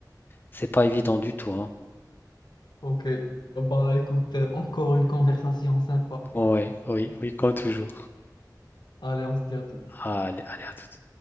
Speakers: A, on the left; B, on the left.
A: c'est pas évident du tout, hein.
B: Ok, bah écoute, euh, encore une conversation sympa.
A: Ouais, oui, oui, comme toujours.
B: Allez, on se dit à tout.
A: Allez, allez, à tout.